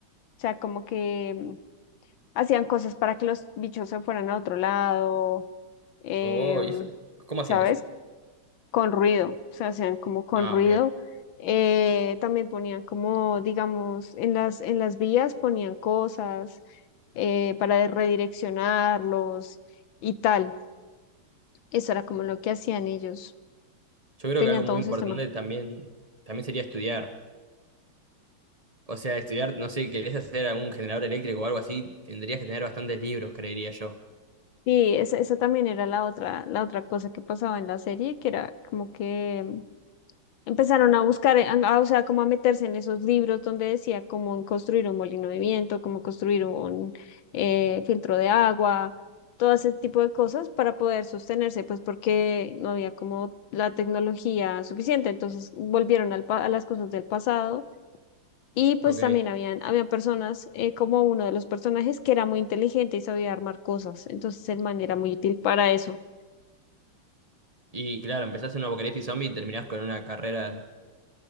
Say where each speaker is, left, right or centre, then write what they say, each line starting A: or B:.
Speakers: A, on the left; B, on the right.
A: O sea, como que hacían cosas para que los bichos se fueran a otro lado, em,
B: Oh, ¿y eso? ¿Cómo
A: ¿sabes?
B: hacían eso?
A: Con ruido, o sea, hacían como con
B: Ah,
A: ruido.
B: ok.
A: Eh, también ponían como, digamos, en las, en las vías ponían cosas eh, para de- redireccionarlos y tal. Eso era como lo que hacían ellos.
B: Yo creo
A: Tenían
B: que algo muy
A: todo un
B: importante
A: sistema.
B: también, también sería estudiar. O sea, estudiar, no sé, querés hacer algún generador eléctrico o algo así, tendrías que tener bastantes libros, creería yo.
A: Sí, esa, esa también era la otra, la otra cosa que pasaba en la serie, que era como que Empezaron a buscar, eh, a- o sea, como a meterse en esos libros donde decía cómo construir un molino de viento, cómo construir un eh, filtro de agua, todo ese tipo de cosas para poder sostenerse, pues porque no había como la tecnología suficiente. Entonces volvieron al pa- a las cosas del pasado y pues
B: Ok.
A: también habían, había personas eh, como uno de los personajes que era muy inteligente y sabía armar cosas. Entonces el man era muy útil para eso,
B: Y claro, empezás en un apocalipsis zombie y terminás con una carrera,